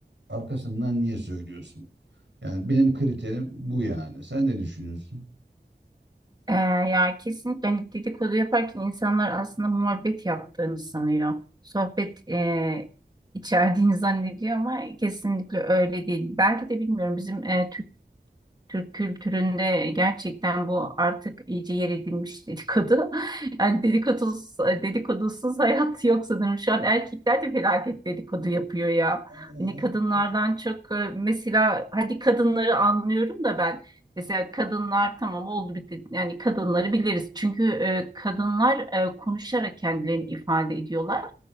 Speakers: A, on the right; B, on the right.
A: arkasından niye söylüyorsun? Yani benim kriterim bu yani. Sen ne düşünüyorsun?
B: Ee, ya kesinlikle hani dedikodu yaparken insanlar aslında muhabbet yaptığını sanıyor. Sohbet e, içerdiğini zannediyor ama kesinlikle öyle değil. Belki de bilmiyorum bizim e, Türk kültüründe gerçekten bu artık iyice yer edinmiş dedikodu. <laughs> Yani dedikodusuz, dedikodusuz hayat <laughs> yok sanırım. Şu an erkekler de felaket dedikodu yapıyor ya.
A: Ha, bir
B: Hani kadınlardan
A: de
B: çok e, mesela hadi kadınları anlıyorum da ben mesela kadınlar tamam oldu bitti yani kadınları biliriz. Çünkü e, kadınlar e, konuşarak kendilerini ifade ediyorlar.